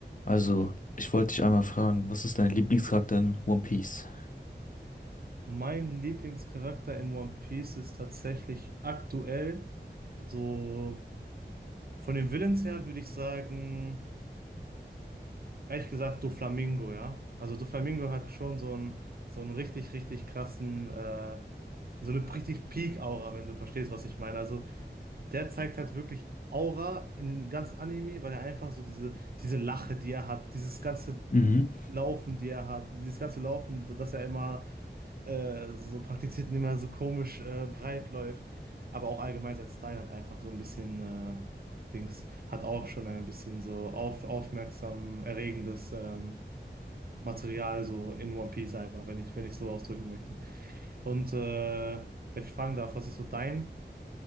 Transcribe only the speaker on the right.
Mein Lieblingscharakter in One Piece ist tatsächlich aktuell, so von den Villains her würde ich sagen, ehrlich gesagt, Doflamingo, ja. Also Doflamingo hat schon so einen, so einen richtig, richtig krassen, äh, so eine richtig Peak-Aura, wenn du verstehst, was ich meine. Also der zeigt halt wirklich Aura in dem ganzen Anime, weil er einfach so diese, diese Lache, die er hat, dieses ganze
Laufen, die er hat, dieses ganze Laufen, dass er immer äh, so praktizierten, immer so komisch äh, breit läuft. Aber auch allgemein sein Style hat einfach so ein bisschen äh, Dings, hat auch schon ein bisschen so auf, aufmerksam erregendes ähm, Material so in One Piece einfach, wenn ich, wenn ich so ausdrücken möchte. Und äh, wenn ich fragen darf, was ist so dein